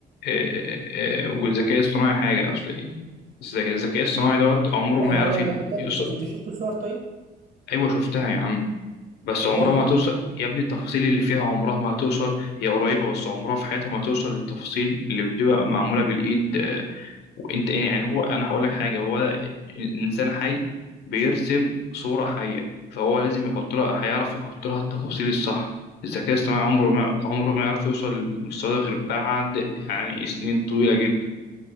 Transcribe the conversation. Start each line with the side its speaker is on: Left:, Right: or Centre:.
Left: آه، آه، والذكاء الصناعي حاجة أصل إيه؟ الذكاء الذكاء الصناعي دوت عمره
Right: لا
Left: ما
Right: لا
Left: هيعرف
Right: لا
Left: يت-
Right: لا أنت أنت
Left: يوصل
Right: أنت شفت الصور طيب؟
Left: أيوة شفتها يا عم بس
Right: والله
Left: عمرها ما
Right: أنا
Left: هتوصل يا ابني التفاصيل اللي فيها عمرها ما هتوصل هي قريبة بس عمرها في حياتها ما هتوصل للتفاصيل اللي بتبقى معمولة بالإيد آه، وانت إيه، يعني هو أنا هقول لك حاجة هو ده إنسان حي بيرسم صورة حية فهو لازم يحط لها هيعرف يحط لها التفاصيل الصح الذكاء الاصطناعي عمره ما عمره ما يعرف يوصل للمستوى ده غير بعد يعني سنين طويلة جدا